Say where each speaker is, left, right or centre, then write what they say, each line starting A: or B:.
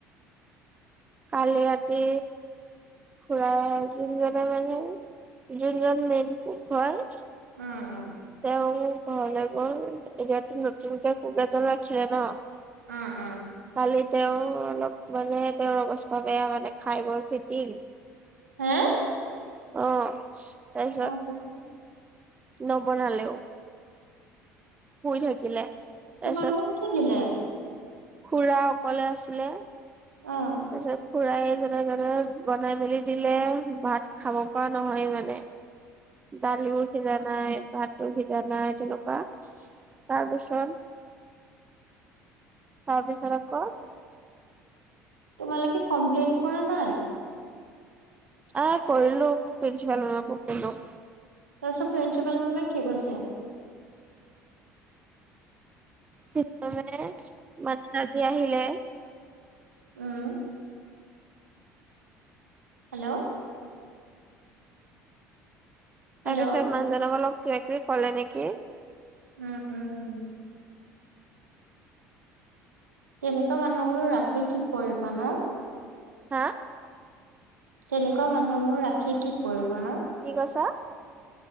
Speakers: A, on the right; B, on the right.
A: কালি ৰাতি খুৰা যোনজনে মানে যোনজন মেইন কোক হয়।
B: উম', উম,
A: তেওঁ ঘৰলৈ গ'ল এতিয়াতো নতুনকে কোক এজল ৰাখিলে ন'।
B: উম', উম'
A: কালি তেওঁ অলপ মানে তেওঁৰ অৱস্থা বেয়া মানে খাই বৈ ফাইটিং।
B: হে?
A: অ', তাৰপিছত
B: অ তাৰপিছত
A: নবনালেও। শুই থাকিলে তাৰপিছত
B: তোমালোকক কি দিলে?
A: খুৰা অকলে আছিলে।
B: অঁ।
A: তাৰপিছত খুৰায় যেনে তেনে বনাই মেলি দিলে ভাত খাব পৰা নহয় মানে। দালিও সিজা নাই, ভাতো সিজা নাই, তেনেকুৱা।
B: <unintelligible>
A: তাৰপিছত, তাৰপিছত আকৌ
B: তোমালোকে কমপ্লেইন কৰা নাই?
A: অ', কৰিলো প্ৰিন্সিপাল মে'মকো কলোঁ।
B: তাৰপিছত প্ৰিন্ঞ্চিপালজনে কি কৈছে?
A: <unintelligible> আহিলে।
B: উম'। হেল্ল'। হেল্ল'
A: তাৰ পিছত মানুহজনক অলপ কিবা কিবি ক'লে নেকি।
B: উম', উম', উম। তেনেকুৱা মানুহবোৰ ৰাখি কি কৰিবা নো।
A: হা?
B: তেনেকুৱা মানুহবোৰ ৰাখি কি কৰিবা নো।
A: কি কৈছা?